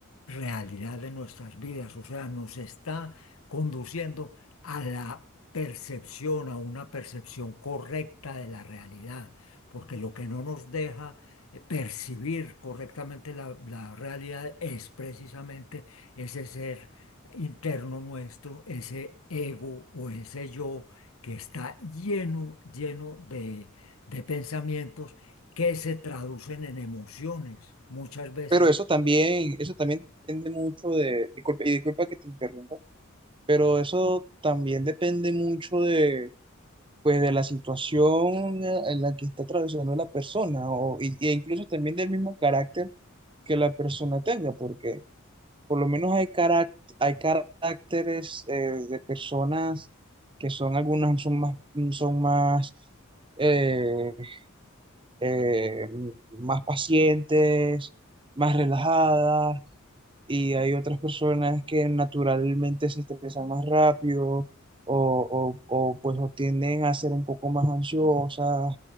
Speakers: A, on the left (about 85°); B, on the right (about 25°).
A: realidad de nuestras vidas, o sea, nos está conduciendo a la percepción, a una percepción correcta de la realidad, porque lo que no nos deja eh, percibir correctamente la, la realidad es precisamente ese ser interno nuestro, ese ego o ese yo que está lleno, lleno de de pensamientos que se traducen en emociones. Muchas veces,
B: Pero eso también, eso también depende mucho de, disculpa, y disculpa que te interrumpa, pero eso también depende mucho de, pues, de la situación eh, en la que está atravesando la persona, o, y- e incluso también del mismo carácter que la persona tenga, porque Por lo menos hay carac- hay caracteres eh, de personas que son algunas son más mm, son más eh, eh, más pacientes, más relajadas y hay otras personas que naturalmente se estresan más rápido o, o, o, pues o tienden a ser un poco más ansiosas,